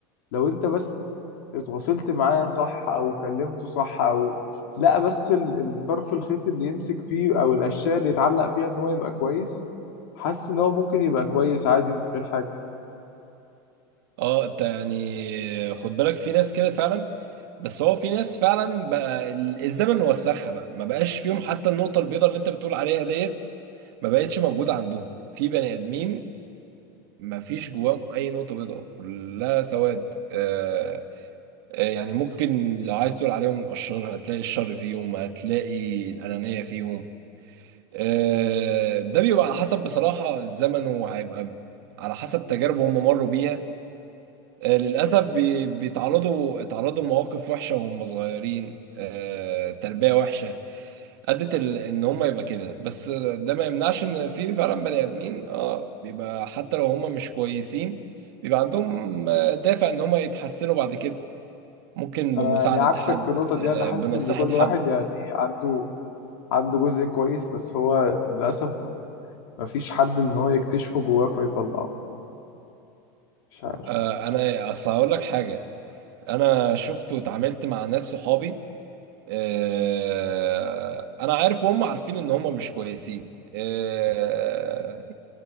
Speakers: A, on the left (about 75°); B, on the right (about 70°).
A: لو انت بس اتواصلت معاه صح او كلمته صح او لا بس ال- الطرف الخيط اللي يمسك فيه او الاشياء اللي يتعلق فيها ان هو يبقى كويس حاسس ان هو ممكن يبقى كويس عادي من غير حاجة
B: اه انت يعني خد بالك في ناس كده فعلا بس هو في ناس فعلا بقى ال- الزمن وسخها بقى ما بقاش فيهم حتى النقطة البيضاء اللي انت بتقول عليها ديت ما بقتش موجودة عندهم في بني ادمين ما فيش جواهم اي نقطة بيضاء كلها سواد آه آه، يعني ممكن لو عايز تقول عليهم اشرار هتلاقي الشر فيهم هتلاقي الانانية فيهم آه ده بيبقى على حسب بصراحة الزمن وهيبقى على حسب تجارب هم مروا بيها آه، للأسف بي- بيتعرضوا اتعرضوا لمواقف وحشة وهم صغيرين آه، تربية وحشة أدت ال- إن هم يبقى كده بس آه، ده ما يمنعش إن في فعلا بني آدمين آه بيبقى حتى لو هم مش كويسين بيبقى عندهم آه، دافع إن هم يتحسنوا بعد كده ممكن
A: انا
B: بمساعدة
A: يعني عكسك
B: حد
A: في النقطة دي
B: آه،
A: انا حاسس
B: بنصيحة
A: ان كل
B: حد
A: واحد يعني عنده عنده جزء كويس بس هو للأسف مفيش حد ان هو يكتشفه جواه فيطلعه مش عارف
B: آه، أنا أصل هقول لك حاجة أنا شفت واتعاملت مع ناس صحابي آه، انا عارف وهم عارفين ان هم مش كويسين آه،